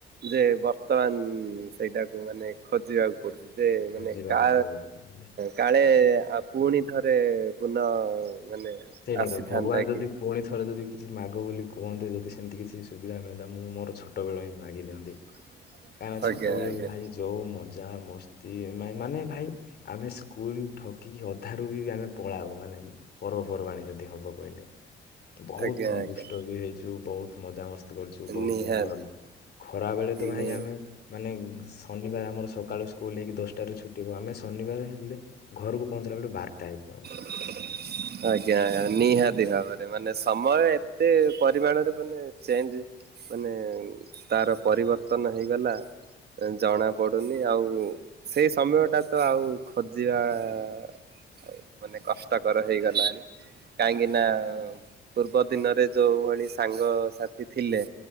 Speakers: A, on the right (about 55°); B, on the left (about 55°).
A: ଯେ ବର୍ତ୍ତମାନ ସେଇଟାକୁ ମାନେ ଖୋଜିବାକୁ କରୁତେ ମାନେ
B: ହଜିବାକୁ
A: କା
B: ପଡୁଛି।
A: କାଳେ ଆଉ ପୁଣି ଥରେ ପୁନଃ ମାନେ
B: ସେଇଟା
A: ଆସିଥାନ୍ତା
B: ତ ଭଗବାନ ଯଦି
A: କି
B: ପୁଣି ଥରେ ଯଦି କିଛି ମାଗ ବୋଲି କୁହନ୍ତି, ଯଦି ସେମିତି କିଛି ସୁବିଧା ମିଅନ୍ତା ମୁଁ ମୋର ଛୋଟବେଳ ହିଁ ମାଗି ଦିଅନ୍ତି।
A: <inaudible>
B: କାହିଁକିନା ଛୋଟ ବେଳରୁ
A: ଆଜ୍ଞା
B: ଭାଇ ଯୋଉ ମଜା ମସ୍ତି ମା ମାନେ ଭାଇ ଆମେ ସ୍କୁଲ ଠକିକି ଅଧାରୁ ବି ଆମେ ପଳାଉ ମାନେ ପର୍ବ ପରବାଣୀ ଯଦି ହବ କହିଲେ ବହୁତ
A: ଆଜ୍ଞା ଆଜ୍ଞା
B: ଦୁଷ୍ଟ ବି ହେଇଚୁ, ବହୁତ ମଜାମସ୍ କରିୁଛୁ ବହୁତ
A: ନିହାତି
B: ତୁ ଘର ଖରା ବେଳେ ତ ଭାଇ
A: ନି
B: ଆମେ ମାନେ ଶନିବାର ଆମର ସକାଳୁ ହେଇ କି ଦଶଟାରେ ଛୁଟି ହବ। ଆମେ ଶନିବାର ହେଲେ ଘରକୁ ପହଞ୍ଚିଲା ବେଳେ ବାରଟା ହେଇଯିବ ଆଉ।
A: <inaudible> ଆଜ୍ଞା ନିହାତି ଭାବରେ ମାନେ ସମୟ ଏତେ ପରିମାଣରେ ମାନେ ଚେଞ୍ଜ ମାନେ ତାର ପରିବର୍ତ୍ତନ ହେଇଗଲା ଜଣା ପଡୁନି ଆଉ ସେଇ ସମୟଟା ତ ଆଉ ଖୋଜିବା ଆ ମାନେ କଷ୍ଟକର ହେଇଗଲାଣି କାହିଁକି ନା ପୂର୍ବ ଦିନରେ ଯୋଉ ଭଳି ସାଙ୍ଗସାଥି ଥିଲେ